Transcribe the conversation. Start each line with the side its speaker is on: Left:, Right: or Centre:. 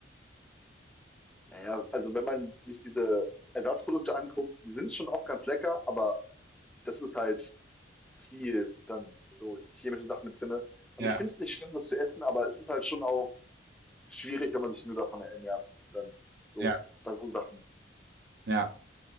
Centre: Naja, also wenn man sich diese Ersatzprodukte anguckt, die sind schon oft ganz lecker, aber das ist halt viel dann so chemische Sachen mit drinne. Und
Right: Ja,
Centre: ich finde es nicht schlimm, das zu essen, aber es ist halt schon auch schwierig, wenn man sich nur davon ernährt, dann so
Right: ja,
Centre: bei so Sachen.
Right: ja,